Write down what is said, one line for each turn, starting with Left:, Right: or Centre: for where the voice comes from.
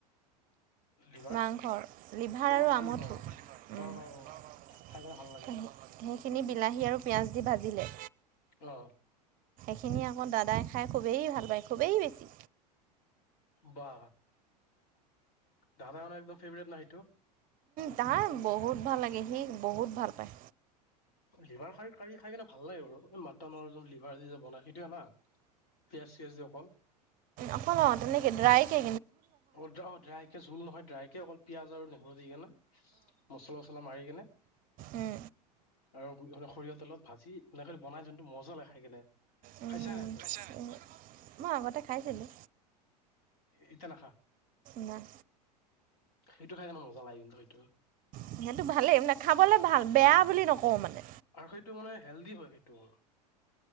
Left: লিভাৰ
Right: মাংস লিভাৰ
Left: অ মাংস
Right: আমঠ
Left: লিভাৰ অ
Right: উম
Left: অ অ খাই
Right: <inaudible>
Left: কেনে ভাল লাগে
Right: মো খিনি বিলাহি আ। পিঁয়াজ দি ভাজিলে।
Left: অ।
Right: খিনি আকৌ দাদাই খাই খুবেই ভাল পায় খুবেই বেছি।
Left: বা। দাদা মে একদম ফেভৰেট সেইটো।
Right: তাৰ বহুত ভাল লাগে সি বহুত ভাল পায়।
Left: লিভাৰ কাৰী খাই কেনে ভাল লাগে বাৰু মাটনৰ যোন লিভাৰ যি যে বনাই সেইটোয়ে না পিয়াজ চিয়াজ যে। কল
Right: অকন অঁ তেনেকে ড্ৰাই কে
Left: অ অ ড্ৰাইকে জোল নহয় ড্ৰাইকে অকল পিয়াঁজ আৰু নহৰু দি কে না মচলা চছলা মাৰি কেনে
Right: অঁ
Left: আৰু সৰিয়হ তেলত ভাজি এনেক বনাই যোনটো মজা লাগে খাই কেনে
Right: উম
Left: খাইছা নাই তই
Right: উম মই আগতে খাইছিলো
Left: এতিয়া নাখা
Right: নাহ
Left: সেইটো খাই কেনে মজা লাগে কিন্তু
Right: সিহঁতো ভালেই এইবিলাক খাবলৈ ভাল বেয়া বুলি নকওঁ মানে
Left: আৰু সেইটো মানে হেলডি হয় সেইটো